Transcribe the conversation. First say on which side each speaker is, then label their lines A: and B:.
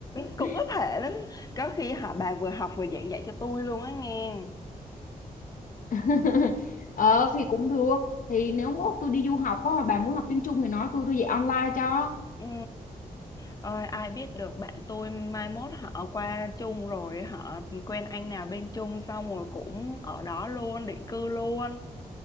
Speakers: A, on the left; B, on the left.
A: <laughs>
B: Cũng có thể lắm. Có khi họ bà vừa học vừa giảng dạy cho tôi luôn á nghe.
A: <laughs> ờ thì cũng được thì nếu mốt tôi đi du học á mà bà muốn học tiếng Trung thì nói tôi tôi dạy online cho
B: Ừ. Ơi, ai biết được bạn tôi mai mốt họ qua chung rồi họ quen anh nào bên chung xong rồi cũng ở đó luôn định cư luôn